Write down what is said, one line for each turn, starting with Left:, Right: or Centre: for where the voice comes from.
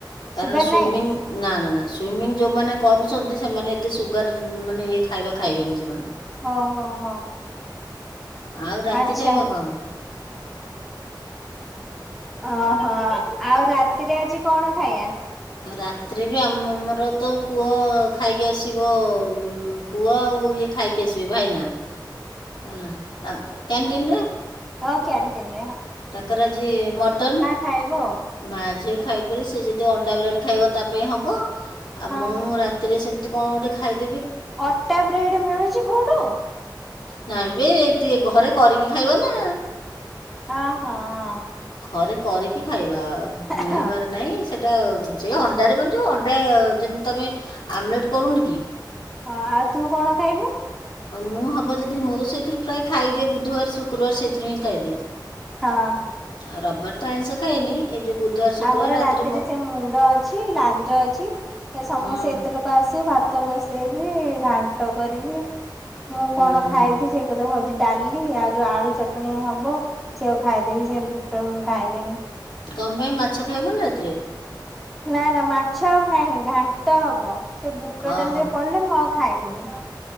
Left: କାରଣ
Centre: ସୁଗାର
Left: ସୁଇମୀଙ୍ଗି
Centre: ନାଇଁ
Left: ନା ନା ସୁଇମିଂ ଯୋଉମାନେ କରୁଛନ୍ତି ସେମାନେ ଏତେ ସୁଗାର ମାନେ ଖାଇବା ଖାଇବେନି ସେମାନେ।
Centre: ହ ହ ହ।
Left: ଆଉ ରାତି
Centre: ଆଚ୍ଛା।
Left: ଖାଇବା କଣ
Centre: ଓହୋ ଆଉ ରାତିରେ ଆଜି କଣ ଖାଇବା?
Left: ରାତିରେ ବି ଆମ ଆମର ତ ପୁଅ ଖାଇକି ଆସିବ ପୁଅ ଆଉ ଇଏ ଖାଇକି ଆସିବେ ଭାଇନା। <unintelligible> ଦିନରେ
Centre: ଓକେ ଆଣ୍ଟିି ନ
Left: ତାଙ୍କର ଆଜି ମଟନ୍
Centre: ଖାଇବ ଆଉ।
Left: ମାଆ ଝିଅ ଖାଇବୁ ବୋଲେ ସେ ଯଦି ଅଣ୍ଡା ବ୍ରେଡ ଖାଇବ ତା ପାଇଁ ହବ। ଆଉ
Centre: ହଁ
Left: ମୁଁ ରାତିରେ ସେମିତି କଁ ଗୋଟେ ଖାଇ
Centre: ଅଟା ବ୍ରେଡେ ମିଳୁଚି କୋଉଠୁ?
Left: ନାଇଁ ବେ ଟିଏ ଘରେ କରିକି ଖାଇବା ନା।
Centre: ହଁ ହଁ ହଁ।
Left: ଘରେ କରିକି ଖାଇ ବା ମିଳିବାର
Centre: ହଁ।
Left: ନାଇଁ ସେଟା ସେଇ ଅଣ୍ଡାରେ ମାନ୍ ଯୋଉ ଅଣ୍ଡା ଯେମ୍ ତମେ ଆମଲେଟ କରୁନୁ କି?
Centre: ହଁ ଆଉ ତୁ କଣ ଖାଇବୁ?
Left: ଅ ମୁଁ ହବ ଯଦି ମୁଁ ତ ସେଇଥିରୁ ପ୍ରାୟେ ଖାଇଦିଏ ବୁଧୁବାରେ ଶୁ କ୍ରୁବାରେ ସେଇଥିରୁ ହିଁ ଖାଇଦିଏ।
Centre: ହଁ
Left: ଆଉ ରବିବାରେ ତ ଆଇଁଷ ଖାଏନି। ଏଇ ଯୋଉ ବୁଧବାର ଶୁକ୍ରବାର
Centre: ଆମର ରାତିରେ
Left: ମୋ
Centre: ସେ ମୁଣ୍ଡ ଅଛି ଲାଞ୍ଜ ଅଛି ସେ ସମସ୍ତେ
Left: ହୁଁ
Centre: ଏତେ ଲୋକ ଆସିବେ ଭା ଭାତ ବସେଇବି ଘାଣ୍ଟ କରିବି। ମୁଁ
Left: ହୁଁ
Centre: କଣ ଖାଇବି
Left: ହୁଁ
Centre: ସେଇ କଥା ଭାବୁ ଡାଲି ଆଉ ଯୋଉ ଆଳୁ ଚଟଣି ହବ ସେଇଆକୁ ଖାଇଦେବି ସେ ବୁଟ ମୁଁ ଖାଇବିନି।
Left: କଣ ପାଇଁ ମାଛ ଖାଇବୁନି ରାତିରେ?
Centre: ନା ନା ମାଛ ଆଉ ନାହି ଘାଣ୍ଟ ହବ। ସେ ବୁଟ
Left: ଓହୋ
Centre: ଡାଲିରେ ପଡିଲେ ମୁଁ ଆଉ ଖା ଖାଇବିନି।